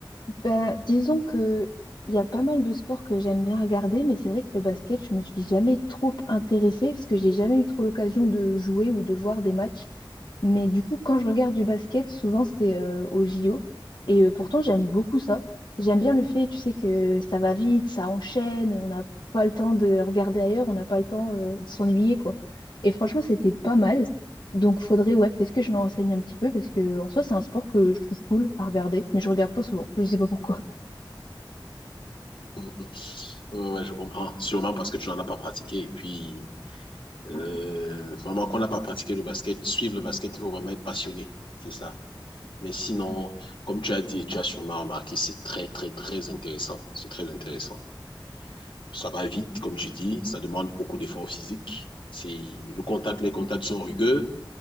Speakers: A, on the left; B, on the left.
A: Ben, disons que il y a pas mal de sports que j'aime bien regarder, mais c'est vrai que le basket, je me suis jamais trop intéressée parce que j'ai jamais eu trop l'occasion de jouer ou de voir des matchs. Mais du coup, quand je regarde du basket, souvent c'est euh, au JO. Et euh, pourtant, j'aime beaucoup ça. J'aime bien le fait, tu sais, que ça va vite, ça enchaîne, on n'a pas le temps de regarder ailleurs, on n'a pas le temps euh, de s'ennuyer, quoi. Et franchement, c'était pas
B: Ouais,
A: mal. Donc faudrait, ouais, peut-être que je me renseigne un petit peu parce que en soi, c'est un sport que je trouve cool à regarder, mais je regarde pas souvent. Je sais pas pourquoi.
B: <laughs> ouais, ouais, je comprends. Sûrement parce que tu n'en as pas pratiqué. Et puis, euh, vraiment, qu'on n'a pas pratiqué le basket, suivre le basket, il faut vraiment être passionné. C'est ça. Mais sinon, comme tu as dit et tu as sûrement remarqué, c'est très, très, très intéressant. C'est très intéressant. Ça va vite, comme tu dis. Ça demande beaucoup d'efforts physiques. Si le contact, les contacts sont rugueux,